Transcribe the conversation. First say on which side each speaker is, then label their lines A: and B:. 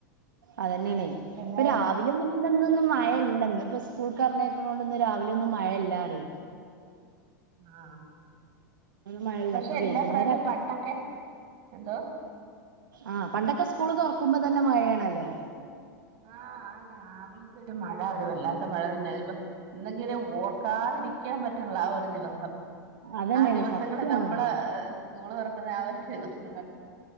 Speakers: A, on the right; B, on the right.
A: അതന്നെയണേ
B: എന്നായിരുന്നു
A: ഇപ്പൊ രാവില ഒന്നും ന്തൊന്നും മഴയല്ല ഇപ്പ സ്കൂൾ കറഞ്ഞക്കുന്ന കൊണ്ട്ൊന്ന് രാവിലെ ഒന്നും മഴയല്ല അറി
B: ആഹ
A: മഴല്ല
B: പക്ഷെ
A: ഇപ്പൊ
B: എല്ലാ
A: വൈകുന്നേരാട്ടോ
B: പ്രാവശ്യവും പണ്ടൊക്കെ എന്തോ
A: ആ പണ്ടൊക്കെ സ്കൂള് തുറക്കുമ്പോ തന്നെ മഴയാണല്ലോ
B: ആഹ അ രാവിലത്തെ ഒരു മഴ അവരുമല്ലാത്ത മ മഴ തന്നെ അതിപ്പ എന്തെങ്ങനെ ഓർക്കാതിരിക്കാൻ പറ്റുള്ള ആ ഒരു ദിവസം
A: അതന്നെയാണ്
B: ആ ദിവസങ്ങള്
A: സത്യാണത്
B: നമ്മള് സ്കൂള് തുറക്കുന്ന ആ ഒരു ദിവസം